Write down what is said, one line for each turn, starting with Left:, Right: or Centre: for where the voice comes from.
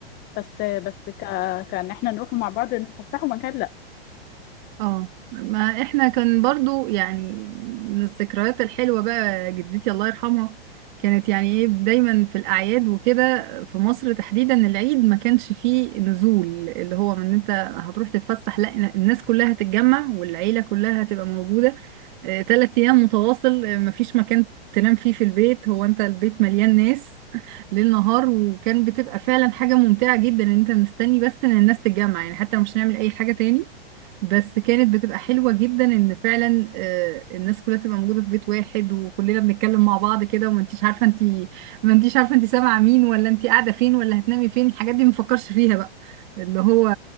Left: بس بس ك... كأن احنا نروح مع بعض نتفسحوا مكان
Right: اه ما احنا كان برضو يعني من الذكريات الحلوة بقى جدتي الله يرحمها كانت يعني ايه دايما في الاعياد وكده في مصر تحديدا العيد ما كانش فيه نزول اللي هو من انت هتروح تتفسح لا الناس كلها هتتجمع والعيلة كلها هتبقى موجودة آه، تلات ايام متواصل آه، مفيش مكان تنام فيه في البيت هو انت البيت مليان ناس <laughs> ليل نهار وكان بتبقى فعلا حاجة ممتعة جدا ان انت مستني بس ان الناس تتجمع يعني حتى لو مش هنعمل اي حاجة تاني بس كانت بتبقى حلوة جدا ان فعلا آه، الناس كلها تبقى موجودة في بيت واحد وكلنا بنتكلم مع بعض كده وما انتيش عارفة انتي ما انتيش عارفة انتي سامعة مين ولا انتي قاعدة فين ولا هتنامي فين الحاجات دي مفكرش فيها بقى اللي هو